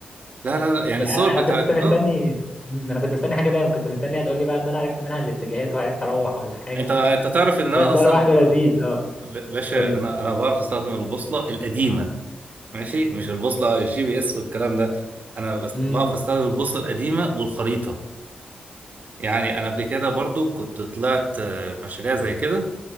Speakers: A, on the right; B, on the left.
A: لا لا لا يعني
B: يعني
A: الصور بتاعت
B: انا كنت مستني
A: اه
B: مم، انا كنت مستني حاجه دايما كنت مستني هتقول لي بقى ان انا عرفت منها الاتجاهات وعرفت اروح ولا حاجه
A: انت انت تعرف ان انا
B: بس ده
A: اصلا
B: لوحده لذيذ اه
A: ب- باشا
B: قول لي
A: انا انا بعرف استخدم البوصله القديمه ماشي مش البوصله الجي بي اس والكلام ده انا بس
B: امم
A: بعرف استخدم البوصله القديمه والخريطه يعني انا قبل كده برضو كنت طلعت آه، مشاريع زي كده